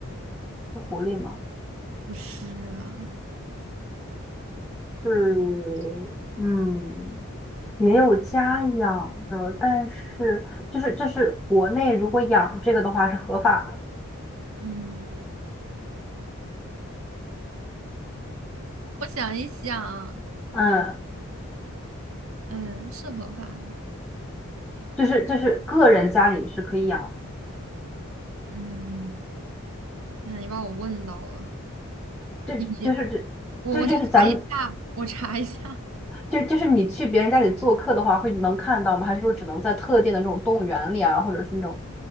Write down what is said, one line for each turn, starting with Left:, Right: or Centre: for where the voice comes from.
Centre: 是狐狸吗？
Right: 不是啊，
Centre: 是，嗯，也有家养的，但是就是就是国内如果养这个的话是合法的，
Right: 嗯，我想一想，
Centre: 嗯，
Right: 嗯，是合法的，
Centre: 就是就是个人家里是可以养的，
Right: 嗯，天呐，你把我问到了，
Centre: 这就是
Right: 你我我查一下，
Centre: 这就就是咱们
Right: 我查一下，
Centre: 就就是你去别人家里做客的话会能看到吗？还是说只能在特定的这种动物园里啊，或者是那种